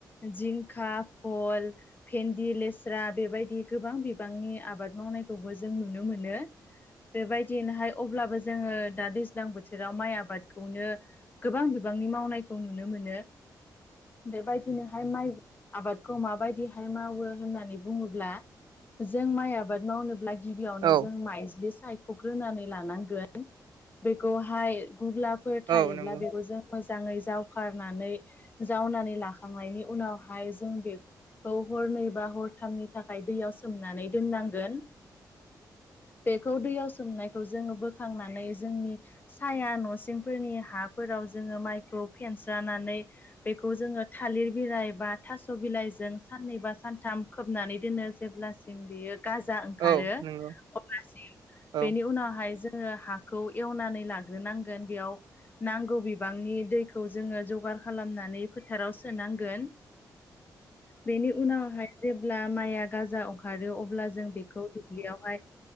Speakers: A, on the left; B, on the right.
A: जिंखा भल भेनलि लेस्रा बेबायदि गोबां बिबांनि आबाद मावनायखौबो जों नुनो मोनो। बेबायदिनोहाय अब्लाबो जोङो दा दैज्लां बोथोराव माइ आबादखौनो। गोबां बिबांनि मावनायखौ नुनो मोनो। बेबादिनोहाय माइ आबादखौ माबायदिहाय मावो होननानै बुङोब्ला जों माइ आबाद मावनोब्ला गिबियावनो
B: औ
A: जों माइज्लि साय ख'ग्रोनानै लानांगोन बेखौहाय गुब्लाफोर थायोब्ला
B: औ नंगौ
A: बेखौ जों मोजाङै जावखारनानै जावनानै लाखांनायनि उनावहाय जों बे खौ हरनै बा हरथामनि थाखाय दैयाव सोमनानै दोननांगोन। बेखौ दैयाव सोमनायखौ जोङो बोखांनानै जोंनि साया न'सिंफोरनि हाफोराव जोङो माइखौ फेनस्रानानै बेखौ जोङो थालिर बिलाइ बा थास' बिलाइजों साननै बा सानथाम खोबनानै दोनो जेब्लासिम बेयो गाजा ओं खारो
B: औ नंगौ
A: अब्लासिम
B: औ
A: बेनि उनावहाय जोङो हा खौ एवनानै लाग्रोनांगोन बेयाव नांगौ बिबांनि दैखौ जोङो जगार खालामनानै फोथाराव सोनांगोन
B: <inaudible>
A: बेनि उनावहाय जेब्ला माइआ गाजा ओंखारो अब्ला जों बे खौ दुब्लियावहाय